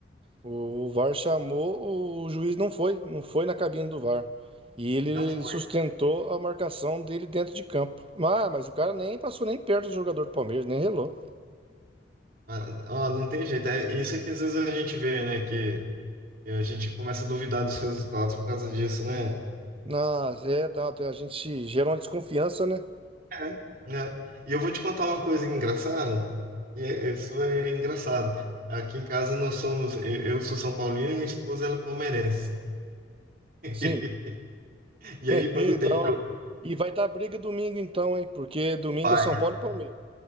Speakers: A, on the right (about 30°); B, on the right (about 55°).
A: O VAR chamou, o juiz não foi, não foi na cabine do VAR. E ele
B: não foi.
A: sustentou a marcação dele dentro de campo. Ah, mas o cara nem passou nem perto do jogador do Palmeiras, nem relou.
B: Ah, Ó, não tem jeito, é isso é que às vezes a gente vê, né, que que a gente começa a duvidar dos resultados por causa disso, né?
A: Mas é, dá, a gente gera uma desconfiança, né?
B: É, né? E eu vou te contar uma coisa engraçada, e é- isso é engraçado. Aqui em casa nós somos, eu eu sou São Paulino e minha esposa ela é palmeirense. <laughs>
A: Sim.
B: E
A: <laughs>
B: aí, quando
A: E,
B: tem
A: dá uma-
B: jogo,
A: e vai dar briga domingo então, hein? Porque domingo
B: vai,
A: é São Paulo e Palmeiras.